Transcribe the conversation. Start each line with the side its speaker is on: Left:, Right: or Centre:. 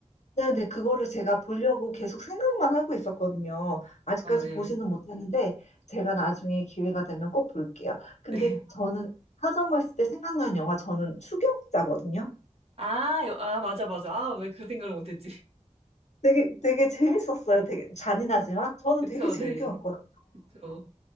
Left: 네네, 그거를 제가 보려고 계속 생각만 하고 있었거든요. 아직까지
Right: 아, 예.
Left: 보지는 못했는데, 제가 나중에 기회가 되면 꼭 볼게요. 근데
Right: 네.
Left: 저는 하정우했을 때 생각나는 영화, 저는 추격자거든요.
Right: 아, 여- 아, 맞아, 맞아. 아, 왜 그 생각을 못했지? <laughs>
Left: 되게, 되게 재밌었어요. 되게 잔인하지만, 저는
Right: 그쵸,
Left: 되게 재밌게
Right: 네.
Left: 봤거든요.
Right: 그쵸.